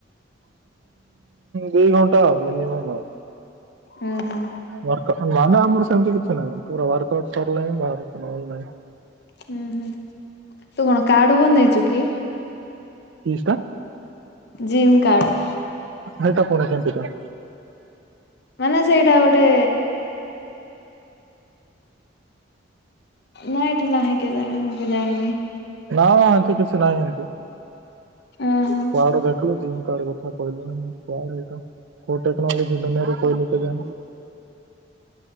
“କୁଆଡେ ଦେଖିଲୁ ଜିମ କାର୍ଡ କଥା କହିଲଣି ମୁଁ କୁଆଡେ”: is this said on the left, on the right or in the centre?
Right